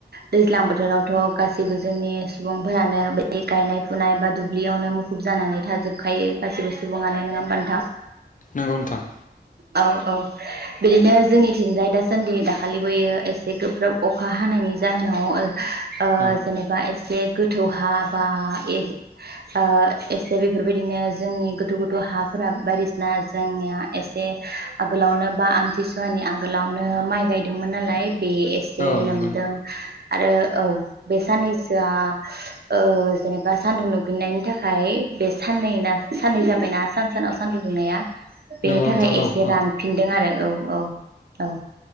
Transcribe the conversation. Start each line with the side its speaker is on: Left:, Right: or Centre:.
Right: दैज्लां बोथोरावथ' गासैबो जोंनि सुबुंफोरानो बे गायनाय फुनाय बा दुब्लि दुब्लियावनो मुखुब जानानै थाजोबखायो गासिबो सुबुङानो नोंहा होनबा नोंथां?
Left: नंगौ नोंथां।
Right: औ औ बिदिनो जोंनिथिजाय दासान्दि दाखालिबोयो एसे गोब्राब अखा हानायनि नि जाहोनाव ओ
Left: औ
Right: जेनेबा एसे गोथौ हा बा ओ एसे बेफोरबायदिनो जोंनि गोथौ गोथौ हाफोरा बायदिसिना जोंनिया एसे आगोलावनो बा आमथिसुवानि आगोलावनो माइ गायदोंमोन नालाय। बे एसे
Left: औ नंगौ
Right: लोमदों। आरो औ बे साननैसोआ ओ जेनेबा सानदुं दुंफिननायनि थाखाय बे साननैना साननै जाबायना सान सानाव सानदुं दुंनाया बेनि
Left: नंगौ
Right: थाखाय
Left: नोंथां
Right: एसे
Left: औ औ
Right: रानफिनदों आरो औ औ औ